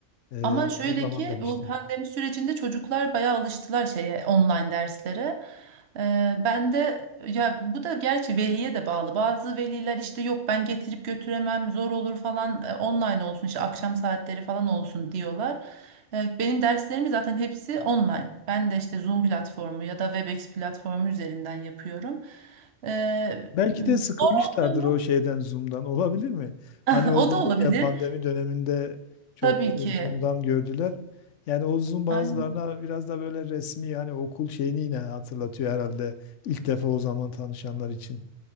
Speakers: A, on the left (about 80°); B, on the right (about 60°).
A: E,
B: Ama şöyle
A: o zaman
B: ki
A: demişti.
B: bu pandemi sürecinde çocuklar bayağı alıştılar şeye online derslere. Ee, ben de ya bu da gerçi veliye de bağlı. Bazı veliler işte yok ben getirip götüremem zor olur falan e, online olsun işte akşam saatleri falan olsun diyorlar. Ee, benim derslerim zaten hepsi online. Ben de işte Zoom platformu ya da Webex platformu üzerinden yapıyorum. Ee,
A: Belki de sıkılmışlardır
B: zor olmuyor mu?
A: o şeyden Zoom'dan. Olabilir mi?
B: <laughs>
A: Hani o
B: O
A: dedi
B: da olabilir.
A: ya pandemi döneminde çok
B: Tabii
A: e,
B: ki.
A: Zoom'dan gördüler. Yani o Zoom bazılarına
B: Aynen.
A: biraz da böyle resmi hani okul şeyini yine hatırlatıyor herhalde. İlk defa o zaman tanışanlar için.